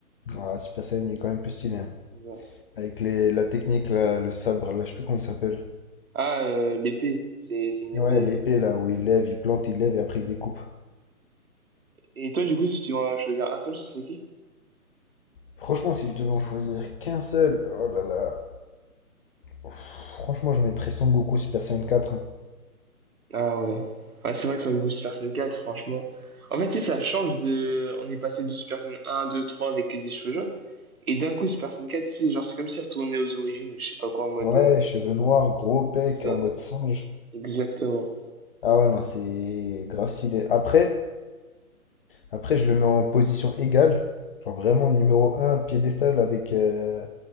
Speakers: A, on the left (about 40°); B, on the right (about 70°).
A: Ah, Super Saiyan, il est quand même plus stylé. hein.
B: C'est ça.
A: Avec les, la technique, là, le sabre, là, je sais plus comment il s'appelle.
B: Ah, euh, l'épée. C'est c'est une
A: Ouais,
B: épée.
A: l'épée,
B: euh.
A: là, où il lève, il plante, il lève et après il découpe.
B: Et toi, du coup, si tu dois choisir un seul, ce serait qui?
A: Franchement, si je devais en choisir qu'un seul, oh là là. Ouf, franchement, je mettrais Son Goku Super Saiyan quatre hein.
B: Ah ouais. Ouais, c'est vrai que sur le goût Super Saiyan 4, franchement. En fait, tu sais, ça change de. On est passé de Super Saiyan 1, 2, 3 avec des cheveux jaunes. Et d'un coup, Super Saiyan 4, c'est genre, c'est comme si retourné aux origines ou je sais pas quoi en mode.
A: Ouais,
B: euh,
A: cheveux noirs, gros pec,
B: C'est
A: en
B: ça.
A: mode singe.
B: exactement.
A: Ah ouais, non, c'est grave stylé. Après, après, je le mets en position égale. Genre vraiment numéro un piédestal avec... euh,